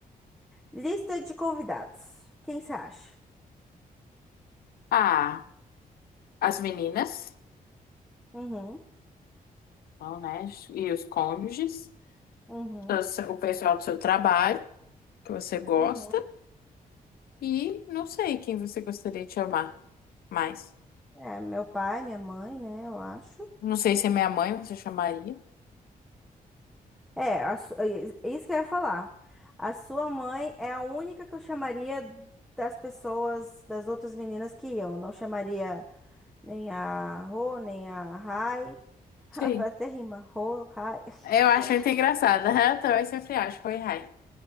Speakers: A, in the centre; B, on the left.
A: Lista de convidados. Quem você acha?
B: Ah, as meninas,
A: Uhum,
B: não, né? E os cônjuges,
A: uhum,
B: os- o pessoal do seu trabalho, que você gosta,
A: uhum.
B: e não sei quem você gostaria de chamar mais.
A: É, meu pai, minha mãe, né? Eu acho.
B: Não sei se é minha mãe, você chamaria?
A: É, a su- é isso que eu ia falar. A sua mãe é a única que eu chamaria das pessoas, das outras meninas que iam. eu. Não chamaria. nem a Rô, nem a Rai. <laughs> Rapaz,
B: Sei.
A: Até rima, Rô, Rai. <laughs>
B: Eu acho muito engraçada. <laughs> Eu também sempre acho. Oi, hi.